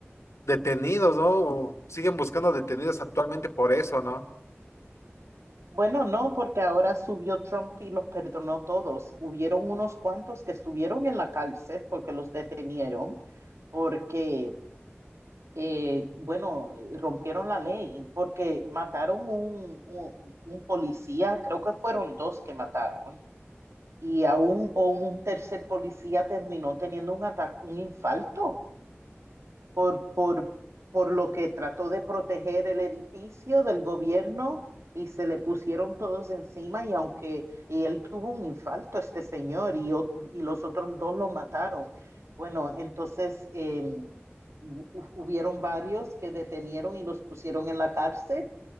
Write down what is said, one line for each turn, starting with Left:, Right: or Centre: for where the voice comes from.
Left: detenidos, ¿no? O siguen buscando detenidos actualmente por eso, ¿no?
Right: Bueno, no, porque ahora subió Trump y los perdonó todos. Hubieron unos cuantos que estuvieron en la cárcel porque los detenieron, porque, eh, bueno, eh, rompieron la ley, porque mataron un, un- un policía, creo que fueron dos que mataron, y aún un, o un tercer policía terminó teniendo un ataque, un infarto por, por, por lo que trató de proteger el edificio del gobierno y se le pusieron todos encima y aunque y él tuvo un infarto, este señor, y, o- y los otros dos lo mataron. Bueno, entonces eh, hu- hubieron varios que detenieron y los pusieron en la cárcel